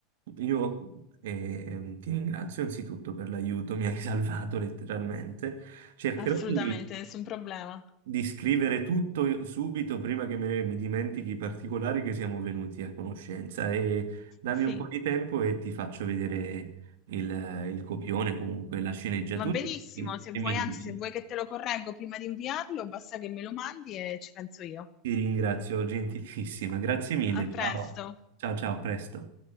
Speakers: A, on the right (about 80°); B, on the left (about 35°).
A: io ehm, ti ringrazio anzitutto per l'aiuto, mi hai <laughs> salvato letteralmente. Cercherò
B: Assolutamente,
A: di
B: nessun problema.
A: di scrivere tutto subito prima che me- mi dimentichi i particolari che siamo venuti a conoscenza e dammi
B: Sì.
A: un po' di tempo e ti faccio vedere il, il copione, comunque la sceneggiatura
B: Va benissimo,
A: e
B: se
A: e
B: vuoi,
A: mi
B: anzi,
A: dici.
B: se vuoi che te lo correggo prima di inviarlo, basta che me lo mandi e ci penso io.
A: Ti ringrazio gentilissima, grazie mille,
B: A presto.
A: ciao, ciao, ciao, a presto.